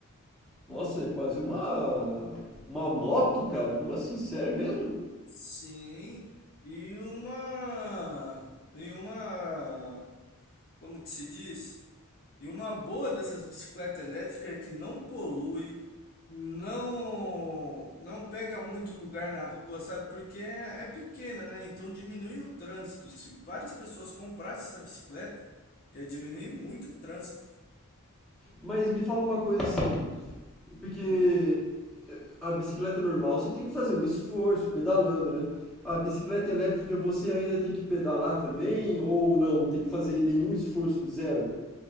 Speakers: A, in the centre; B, on the left.
A: Nossa, é quase uma, uma moto, cara. Como assim? Sério mesmo?
B: Sim, e uma, e uma, como que se diz? E uma boa dessas bicicletas elétricas é que não polui, não, não pega muito lugar na rua, sabe? Porque é, é pequena, né? Então diminui o trânsito. Se várias pessoas comprassem essa bicicleta, ia diminuir muito o trânsito.
A: Mas me fala uma coisa assim, porque
B: Hum.
A: eh, a bicicleta normal você tem que fazer um esforço pedalando, né? A bicicleta elétrica você ainda tem que pedalar também ou não? Não tem que fazer nenhum esforço, zero?